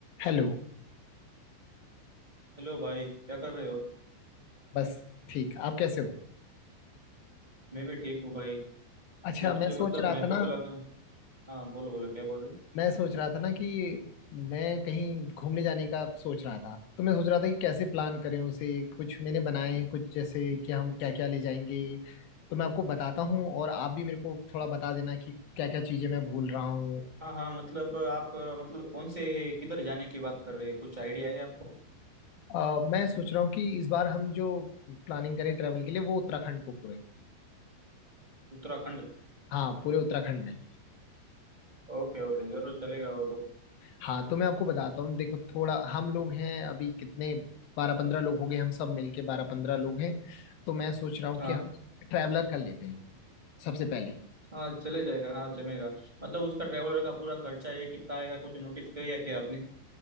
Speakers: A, on the left (about 65°); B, on the right (about 20°).
A: Hello
B: Hello भाई क्या कर रहे हो
A: बस ठीक आप कैसे हो
B: मैं भी ठीक हूँ भाई
A: अच्छा
B: कुछ
A: मैं सोच
B: मतलब
A: रहा
B: मेरे
A: था
B: को
A: ना
B: तो लगा हाँ बोलो बोलो क्या बोल रहे
A: मैं सोच रहा था ना कि मैं कहीं घूमने जाने का सोच रहा था तो मैं सोच रहा था कि कैसे प्लान करें उसे कुछ मैंने बनाए हैं कुछ जैसे कि हम क्या क्या ले जाएंगे तो मैं आपको बताता हूँ और आप भी मेरे को थोड़ा बता देना कि क्या क्या चीज़ें मैं भूल रहा हूँ
B: हाँ हाँ मतलब आप अ, मतलब कौन से किधर जाने की बात कर रहे हैं कुछ आइडिया है आपको
A: अ, मैं सोच रहा हूँ कि इस बार हम जो प्लानिंग करें ट्रैवल के लिए वो उत्तराखंड को पूरे
B: उत्तराखंड
A: हाँ पूरे उत्तराखंड में
B: ओके ओके जरूर चलेगा वो तो
A: हाँ तो मैं आपको बताता हूँ देखो थोड़ा हम लोग हैं अभी कितने बारह पंद्रह लोग हो गए हम सब मिलके बारह पंद्रह लोग हैं तो मैं सोच रहा हूँ
B: हाँ
A: कि हम ट्रैवलर कर लेते हैं सबसे पहले
B: हाँ चले जाएगा हाँ जमेगा मतलब उसका ट्रेवलर का पूरा खर्चा है कितना आएगा कुछ नोटिस किया क्या आपने